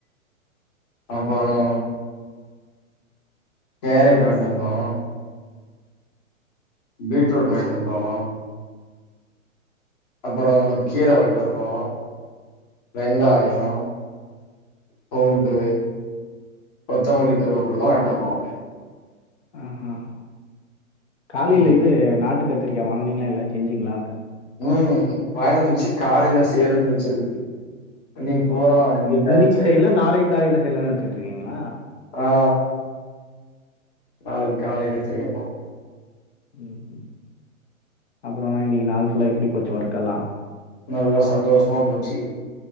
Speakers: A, on the left; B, on the left.
A: அப்பறோ கேரட் வாய்ன்ட்டு வந்தோ பீட்ரூட் வாய்ன்ட்டு வந்தோ அப்புறோ கீர வாய்ன்ட்டு வந்தோ வெங்காயோ பூண்டு கொத்தமல்லி கருவாப்புலலெல்லா வாய்ட்டு வந்தோ
B: ஆஹா காலில
A: ம்
B: இது நாட்டு கத்திரிக்கா வாங்னீங்ளா இல்ல செஞ்சிங்ளா
A: ம் வாய்ன்டு வந்தாச்சி காலையில செய்றேன்ட் வச்சிருக்குது இன்னிக் பூறா இங்க
B: இன்னைக்கு
A: டைம் செரியா
B: செய்யல,
A: போச்சி
B: நாளைக்கு காலையில செய்யலான்னு வச்சுட்டு இருக்கீங்களா?
A: ஆ நாளைக் காலையில செய்யனு
B: ம் அப்றோனா இன்னிக்கு நாள் ஃபுல்லா எப்டி போச்சி ஒர்கெல்லா
A: நல்லா சந்தோஷமா போச்சி